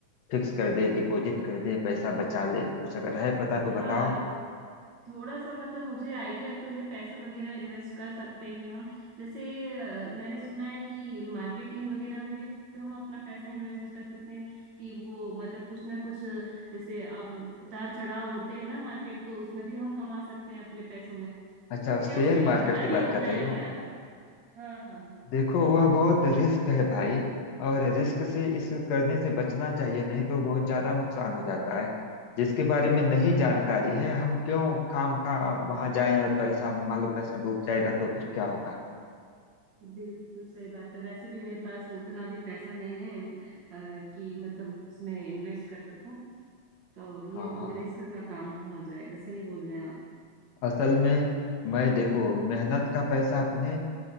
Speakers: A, on the left (about 70°); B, on the right (about 55°).
A: फिक्स कर दे डिपॉजिट कर दे पैसा बचा ले कुछ अगर है पता तो बताओ
B: हाँ थोड़ा सा मतलब मुझे आइडिया तो है पैसा वगैरह इन्वेस्ट कर सकते हैं हम जैसे अ, मैंने सुना है कि मार्केटिंग वगैरह में भी हम अपना पैसा इन्वेस्ट कर सकते हैं कि वो मतलब कुछ ना कुछ अ, जैसे अब उतार चढ़ाव होते हैं ना मार्केट तो उसमें भी हम कमा सकते हैं अपने पैसों में
A: अच्छा
B: क्या
A: शेयर
B: उसमें घाटा
A: मार्केट की
B: भी
A: बात
B: होता
A: कर
B: है
A: रही हो
B: क्या हाँ हाँ हाँ
A: देखो वह बहुत रिस्क है भाई और रिस्क से इस करने से बचना चाहिए नहीं तो बहुत ज्यादा नुकसान हो जाता है जिसके बारे में नहीं जानकारी है हम क्यों खाम खा वहां जाएं और परेशान हो मान लो पैसा डूब जाएगा तो फिर क्या होगा
B: बिल्कुल सही बात है वैसे भी मेरे पास उतना भी पैसा नहीं है अ, कि मतलब उसमें इन्वेस्ट कर सकूं तो ये
A: हाँ हाँ
B: रिस्क का काम हो जाएगा सही बोल रहे हैं आप
A: असल में मैं देखो मेहनत का पैसा अपने